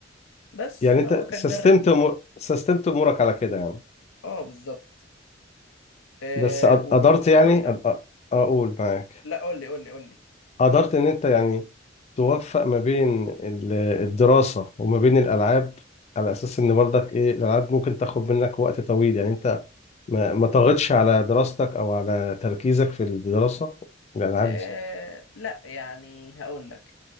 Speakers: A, on the left (about 75°); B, on the left (about 35°).
A: بس
B: يعني انت
A: هو كان
B: سستمت
A: ده الريتم
B: أمو- سستمت امورك على كده يعني
A: اه بالظبط آه
B: بس قد-
A: و-
B: قدرت
A: وهقول
B: يعني
A: لك
B: أد- أ- اقول معاك
A: لا قول لي قول لي قول لي
B: قدرت ان انت يعني توفق ما بين ال- الدراسة وما بين الالعاب على اساس ان برضك ايه الالعاب ممكن تاخد منك وقت طويل يعني انت ما ما طغتش على دراستك او على تركيزك في الدراسة الالعاب
A: آه
B: دي
A: لا يعني هقول لك